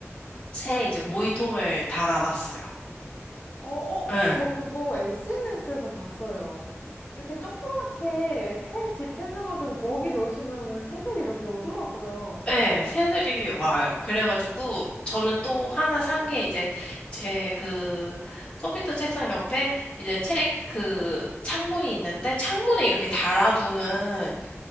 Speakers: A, on the left (about 20°); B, on the left (about 40°).
A: 새 이제 모이통을 달아놨어요.
B: 어, 어,
A: 네,
B: 저 그거 SNS에서 봤어요. 이렇게 조그맣게 새 집해놔가지고 먹이 넣으시면은 새들이 이렇게 오더라고요.
A: 네, 새들이 와요. 그래가지고, 저는 또 하나 산 게 이제 제 그 컴퓨터 책상 옆에 이제 책 그 창문이 있는데, 창문에 이렇게 달아두는